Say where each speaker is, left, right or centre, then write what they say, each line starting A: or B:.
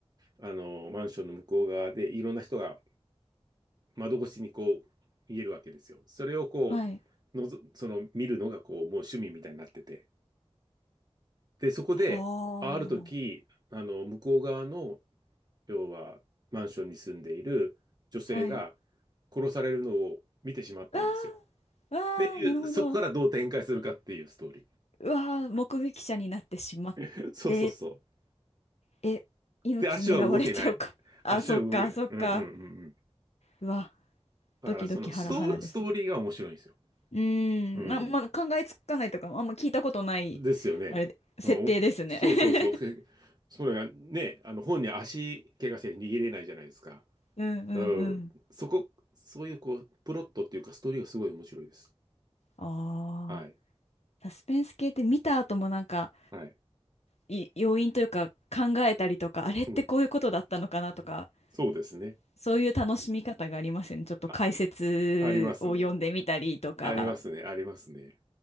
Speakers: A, on the right (about 40°); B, on the left (about 85°).
A: あの、マンションの向こう側で、いろんな人が窓越しにこう、見えるわけですよ。それをこ
B: はい。
A: う、のぞ、その、見るのが、こう、もう趣味みたいになってて。で、そこで、
B: は
A: あある時、あの、向こう側の、要は、マンションに住んでいる女性が
B: あ。はい。
A: 殺されるのを見てしまったんですよ。
B: わあ、わあ、
A: っていう、
B: なるほど。
A: そこからどう展開するかっていうストーリ
B: うわあ、目撃者になってしまって、
A: ー。<laughs> そうそうそう。
B: え、命狙われちゃうか。
A: で、足は動けない。
B: あ、
A: 足は動けない。
B: そっか、そっか。
A: うんうんうんうん。
B: うわ、
A: だから、
B: ドキドキハラハラですね。
A: そのスト、ストーリーが面白いんですよ。
B: うーん、
A: うん。
B: ま、まあ、考えつかないとか、あんま聞いたことない、
A: ですよね。
B: あれで、設定ですね。
A: うん、おそうそうそう。
B: <laughs>
A: <laughs> それがね、あの、本に足怪我して逃げれないじゃないですか。
B: うんうんうん。
A: うん。そこ、そういうこう、プロットっていうか、ストーリーがすごい面白いです。
B: ああ、
A: はい。
B: サスペンス系って見た後もなんか、
A: はい。
B: い、要因というか考えたりとか、あれってこういうことだったのかなとか、
A: うん。そうですね。
B: そういう楽しみ方がありますよね。ちょっと解説を読んでみたりとか。
A: あ、ありますね。ありますね。ありますね。